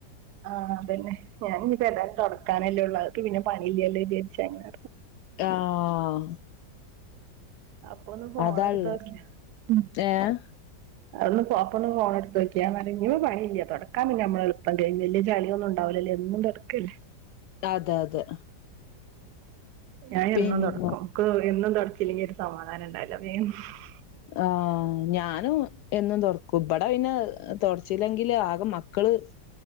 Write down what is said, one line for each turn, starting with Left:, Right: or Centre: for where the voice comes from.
Right: ആഹ് അതെന്നേ ഞാനിനിപ്പ ഏതാലും തുടക്കാനല്ലേ ഉള്ളൂ <unintelligible> പിന്ന പണിയില്ലല്ലോ വിചാരിച്ചങ്ങന
Left: ആഹ്
Right: അപ്പൊ ഒന്ന് ഫോണെടുത്തോക്ക
Left: അതാള്ളെ
Right: <unintelligible>
Left: ഏഹ്
Right: അതൊന്ന് ഫോ അപ്പൊന്ന് ഫോണെടുത്ത് വെക്കാ <unintelligible> ഇവിട പണില്ല്യ തൊടക്കാ പിന്നമ്മളെളുപ്പം കയ്യും വല്ല്യ ചളിയൊന്നും ഉണ്ടാവുല്ലല്ലോ എന്നും തൊ ക്കല്ലേ
Left: അതെ അതെ
Right: ഞായെന്നും
Left: പിന്നെ
Right: തൊടക്കും ഇക്ക് എന്നും തൊടച്ചില്ലെങ്കി ഒരു സമാധാനുണ്ടാവില്ല <unintelligible>
Left: ആഹ് ഞാനും എന്നും തൊട്ക്കും ഇബട പിന്ന തൊട്ച്ചില്ലെങ്കില് ആകെ മക്കള്